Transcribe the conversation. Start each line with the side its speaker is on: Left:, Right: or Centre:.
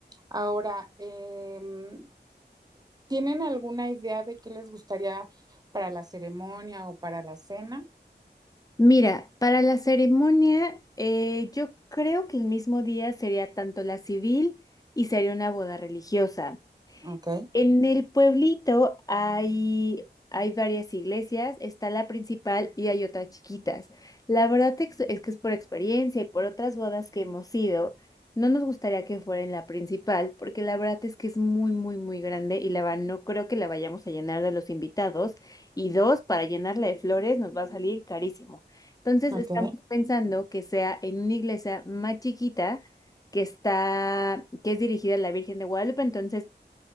Right: Ahora, em, ¿tienen alguna idea de qué les gustaría para la ceremonia o para la cena?
Left: Mira, para la ceremonia, eh, yo creo que el mismo día sería tanto la civil y sería una boda religiosa.
Right: Ok,
Left: En el pueblito hay, hay varias iglesias, está la principal y hay otras chiquitas. La verdad ex- es que es por experiencia y por otras bodas que hemos ido, no nos gustaría que fuera en la principal, porque la verdad es que es muy, muy, muy grande y la verdad no creo que la vayamos a llenar de los invitados. Y dos, para llenarla de flores nos va a salir carísimo. Entonces
Right: ok.
Left: estamos pensando que sea en una iglesia más chiquita que está, que es dirigida a la Virgen de Guadalupe, entonces